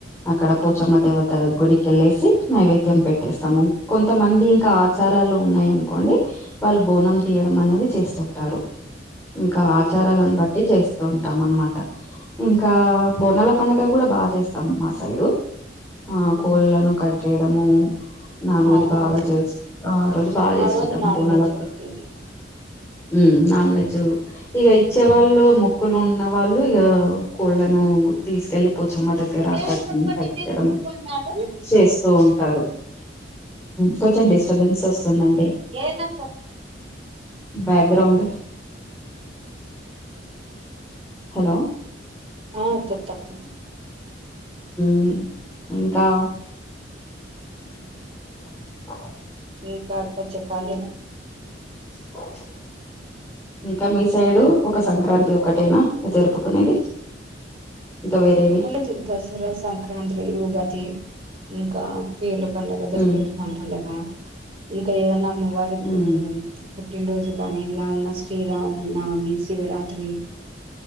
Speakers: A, on the left; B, on the right.
A: అక్కడ
B: ఆ
A: పోచమ్మ దేవత గుడి. కెళ్లేసి నైవేద్యం పెట్టేస్తాము. కొంతమంది ఇంకా ఆచారాలు ఉన్నాయి అనుకోండి. వాళ్ళు బోనం తీయడం అనేవి చేస్తుంటారు. ఇంకా
B: అవును
A: ఆచారాలను బట్టి, చేస్తుూంటాం అనమాట. ఇంకా బోనాల పండుగ కూడా బాగా చేస్తాం మా సైడు. అ
B: ఉమ్.
A: కోళ్లను కట్ చేయడము. నాన్
B: ఆ
A: వెజ్ బాగా
B: అవును
A: చేసి, ఆ రోజు బాగా చేసుకుంటాం
B: ఆ రోజు నాన్
A: పండుగ.
B: వెజ్ పెట్టేది
A: మ్ నాన్ వెజు, ఇక ఇచ్చే వాళ్ళు
B: ఉమ్.
A: ము క్కోల్లను ఉన్న వాళ్ళు ఇక, కోళ్ళను తీసుకెళ్ళి పోచొమ్మ దగ్గ దగ్గర
B: ఏం
A: కని
B: చెప్పండి
A: కట్టడం,
B: నేను చినుకుంటాడు
A: చేస్తూ ఉంటారు. కొంచెం డిస్టర్బెన్సెస్ వస్తుందండి.
B: ఏనా
A: బ్యాక్ గ్రౌండ్. హలో
B: ఆ చెప్త అక్క.
A: మ్ ఇంకా. క
B: ఇంకా అక్క చెప్పాలి.
A: ప్చ్ ఇంకా మీ సైడు, ఒక సంక్రాంతి ఒకటేనా, జరుపుకునేది. ఇంకా వేరేవి
B: అన్ని జరుగుతది దసరా, సంక్రాంతి, ఉగాది, ఇంకా పీర్ల పండుగ,
A: ఉమ్
B: <unintelligible> పండగ, ఇంకా ఏదన్నా అమ్మ వారికి
A: ఉమ్
B: ఈ పుట్టినరోజు కాని, ఇలా ఉన్న శ్రీరామనవమి, శివరాత్రి,